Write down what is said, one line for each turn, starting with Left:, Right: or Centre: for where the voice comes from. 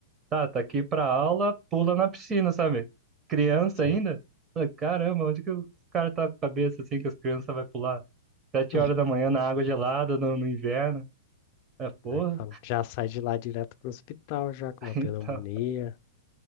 Right: tá, tá aqui pra aula, pula na piscina, sabe? Criança ainda.
Left: sim.
Right: Falei, Caramba, onde que os caras tá com a cabeça assim que as crianças vai pular? Sete
Left: <laughs>
Right: horas da manhã na água gelada, no, no inverno. É, porra,
Left: Aí fala, já sai de lá direto pro hospital, já com
Right: <laughs>
Left: uma pneumonia.
Right: então.